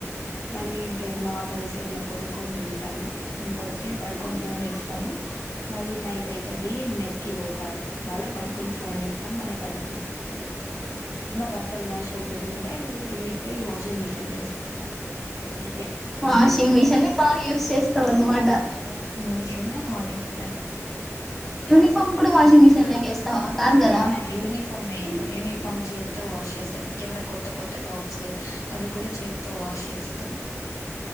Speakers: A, on the left; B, in the centre.
A: మళ్ళీ ఇంకేమైనా ఆకలేసె ఏమైనా కొనుక్కొని తింటాము ఇంకొచ్చి పడుకొని ఫోన్ చూస్తము మళ్ళీ నైట్ అయితది మెస్కి పోతాం మళ్ళా పడు కొని ఫోన్ చూస్తాం మళ్ళ పడుకుం ఇంగ బట్టలు వాష్ చేసేది ఉంటే కింది కి పోయి వాషింగ్ మిషన్ లో ఏస్ వొస్త అంతే
B: వాషింగ్ మిషన్ బాగా యూస్ చేస్తావు అన్నమాట
A: washing machine hot water
B: uniform కూడా వాషింగ్ మిషన్ లోకి వేస్తావా కాదు కదా
A: ఆహా యూనిఫామ్ వేయను యూనిఫామ్ చేత్తో వాష్ చేస్తాను ఇంకేమైనా కొత్త కొత్త టాప్స్ అవి కూడా చేత్తో వాష్ చేస్తాం